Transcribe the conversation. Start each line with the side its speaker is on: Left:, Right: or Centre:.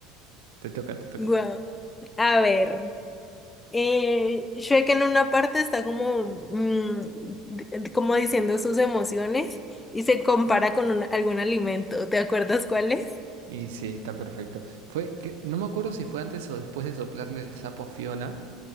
Right: Te toca, te toca.
Left: Wow. A ver. Eh, Shrek en una parte está como, mm, d- como diciendo sus emociones y se compara con un- algún alimento. ¿Te acuerdas cuál es?
Right: Y sí, está perfecto. Fue que, no me acuerdo si fue antes o después de soplarle el sapo a Fiona.